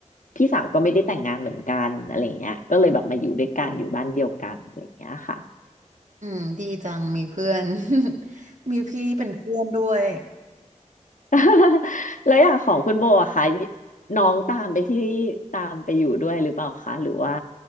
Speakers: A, on the left; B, on the right.
A: พี่สาวก็ไม่ได้แต่งงานเหมือนกันอะไรอย่างเงี้ยก็เลยแบบมาอยู่ด้วยกันอยู่บ้านเดียวกันอะไรอย่างเงี้ยค่ะ
B: อืมดีจังมีเพื่อน <laughs> มีพี่เป็นเพื่อนด้วย
A: <laughs> แล้วอย่างของคุณโบอะคะน้องตามไปที่ตามไปอยู่ด้วยหรือเปล่าคะหรือว่า